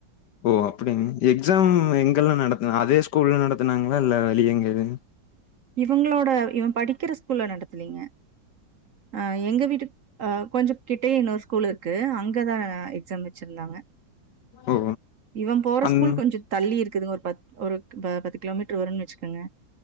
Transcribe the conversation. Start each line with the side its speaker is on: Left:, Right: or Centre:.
Left: ஓ அப்படின் எக்ஸாம் எங்கெல்லா நடத்ன அதே ஸ்கூல்ல நடத்துனாங்ளா இல்ல வெளிய எங்காது
Right: இவங்களோட இவன் படிக்கிற ஸ்கூல்ல நடத்துலீங்க அ எங்க வீட்டுக் அ கொஞ்ச கிட்டே இன்னொரு ஸ்கூல் இருக்கு அங்க தா எக்ஸாம் வச்சிருந்தாங்க
Left: ஓ!
Right: இவ போற
Left: அந்
Right: ஸ்கூல் கொஞ்சம தள்ளி இருக்குதுங்க ஒரு பத் ஒரு ப பத்து கிலோமீட்டர் வருன் வச்கங்க